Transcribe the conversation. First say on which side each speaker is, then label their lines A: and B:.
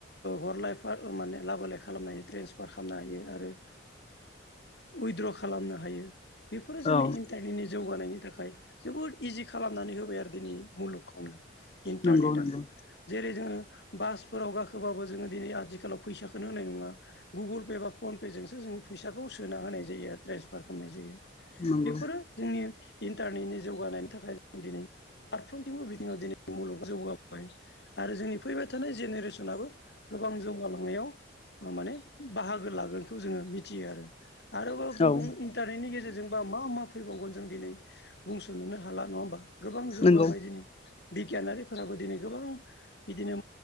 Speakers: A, on the left; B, on the left.
A: हरलायफ माने लाबोलाय खालामनो हायो ट्रेन्सफार खालामनो हायो आरो उइद्र' खालामनो हायो बेफोरो जोंनि
B: औ
A: इन्टारनेटनि जौगानायनि थाखाय जोबोद इजि खालामनानै होबाय आरो दिनै मुलुगखौनो इन्टारनेटआ
B: नंगौ नंगौ
A: जेरै जोङो बासफोराव गाखोबाबो जोङो दिनै आथिखालाव फैसाखौोनो होनाय नङा गुगोल पे बा फन पेजोंोंसो जोङो फैसाखौ सोना होनाय जायो ट्रेन्सफार खालामनाय जायो
B: नंगौ
A: बेफोरो जोंनि इन्टारनेटनि जौगानायनि थाखाय दिनै फारफ्रोमथिबो बिथिङाव दिनै मुलुग जौगाबाय आरो जोंनि फैबाय थानाय जेनेरेसनाबो गोबां जौगालांनायाव माने बाहागो लागोनखौ जोङो मिथियो आरो आरोबाव
B: औ
A: गुबुन इन्टारनेटनि गेजेरजोंबा मा मा फैबावगोन जों दिनै बुंस'नोननो हाला नङा होमबा गोबां जौगाबाय
B: नंगौ
A: दिनै बिगियानारिफोराबो दिनै गोबां बिदिनो